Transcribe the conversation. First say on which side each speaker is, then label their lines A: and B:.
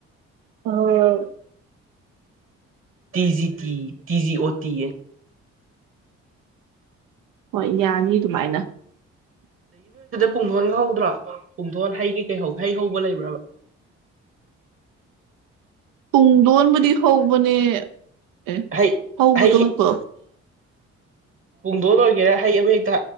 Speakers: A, on the right; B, on the right.
A: ꯑꯣ
B: ꯇꯤꯖꯤ ꯇꯤ ꯇꯤꯖꯤ ꯑꯣ ꯇꯤ
A: ꯍꯣꯏ ꯌꯥꯅꯤ ꯑꯗꯨꯃꯥꯏꯅ
B: ꯄꯨꯡꯊꯣꯟꯒ ꯍꯧꯗ꯭ꯔꯣ ꯄꯨꯡꯊꯣꯟ ꯍꯩꯒꯦ ꯀꯩ ꯍꯩ ꯍꯧꯕ ꯂꯩꯕ꯭ꯔꯕ
A: ꯇꯨꯡꯗꯣꯟꯕꯨꯗꯤ ꯍꯧꯕꯅꯦ ꯑꯦ
B: ꯍꯩ
A: ꯍꯥꯎꯕꯨꯇꯃ
B: ꯍꯩ
A: ꯀꯣ
B: ꯄꯨꯡꯗꯣꯟ ꯑꯣꯏꯒꯦꯔꯥ ꯍꯩ ꯑꯃ ꯍꯩꯛꯇ